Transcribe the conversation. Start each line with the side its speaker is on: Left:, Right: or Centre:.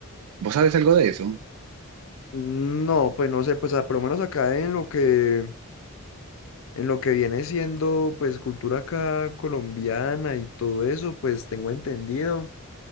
Right: ¿Vos sabes algo de eso?
Left: No, pues no sé, pues a- por lo menos acá en lo que en lo que viene siendo pues cultura acá colombiana y todo eso, pues tengo entendido